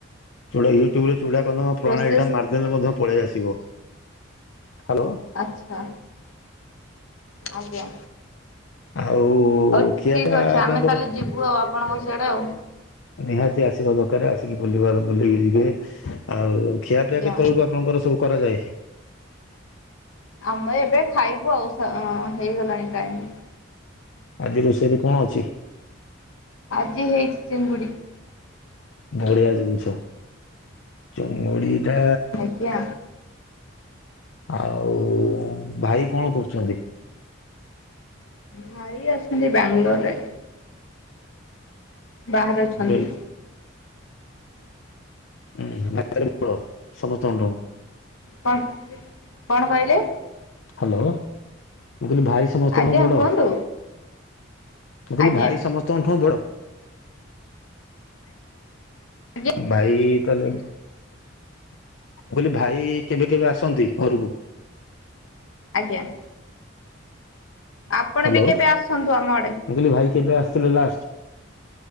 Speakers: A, on the left (about 70°); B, on the left (about 85°).
A: ଚୂଡ଼ା ୟୁଟ୍ୟୁବରେ, ଚୂଡ଼ାକନ ପ୍ରଣାଳୀଟା
B: ପ୍ରୋସେସ୍
A: ମାରିଦେଲେ ମଧ୍ୟ ପଳେଇ ଆସିବ। ହ୍ୟାଲୋ
B: ଆଛା, ଆଜ୍ଞା।
A: ଆଉ
B: ହଉ
A: ଖିଆପ
B: ଠିକ୍ ଅଛି
A: ଆପଣଙ୍କର,
B: ଆମେ ତାହେଲେ ଯିବୁ ଆଉ ଆପଣଙ୍କ ସିଆଡ଼େ ଆଉ
A: ନିହାତି ଆସିବା ଦ ରେ ଆସିକି ବୁଲିବା ବୁଲିକି ଯିବେ, ଆଉ ଖିଆପିଆ କେତେବେଳକୁ
B: ଆଜ୍ଞା,
A: ଆପଣଙ୍କର ସବୁ କରାଯାଏ?
B: ଆମ ଏବେ ଖାଇବୁ ଆଉ ହେଇଗଲାଣି ଟାଇମ।
A: ଆଜି ରୋଷେଇରେ କଣ ଅଛି?
B: ଆଜି ହେଇଛି ଚିଙ୍ଗୁଡ଼ି।
A: ବଢିଆ ଜିନିଷ, ଚିଙ୍ଗୁଡ଼ି ଟା,
B: ଆଜ୍ଞା
A: ଆଉ ଭାଇ କଣ କରୁଛନ୍ତି?
B: ଭାଇ ଅଛନ୍ତି ବାଙ୍ଗାଲୋରରେ। ବାହାରେ ଅଛନ୍ତି।
A: ବଡ ହଁ <unintelligible> ସମସ୍ତଙ୍କଠୁ।
B: କଣ? କଣ କହିଲେ।
A: ହାଲୋ। ମୁଁ କହିଲି, ଭାଇ ସମସ୍ତଙ୍କଠୁ
B: ଆଜ୍ଞା
A: ବଡ଼,
B: କୁହନ୍ତୁ
A: ମୁଁ କହିଲି
B: ଆଜ୍ଞା
A: ଭାଇ ସମସ୍ତଙ୍କଠୁ ବଡ଼।
B: ଆଜ୍ଞା
A: ଭାଇ। ତାହଲେ ମୁଁ କହିଲି -ଭାଇ କେବେ କେବେ ଆସନ୍ତି ଘରକୁ?
B: ଆଜ୍ଞା। ଆପଣ
A: ହାଲୋ,
B: ବି କେବେ ଆସନ୍ତୁ ଆମ ଆଡ଼େ
A: ମୁଁ କହିଲି ଭାଇ କେବେ ଆସିଥିଲ ଲାଷ୍ଟ?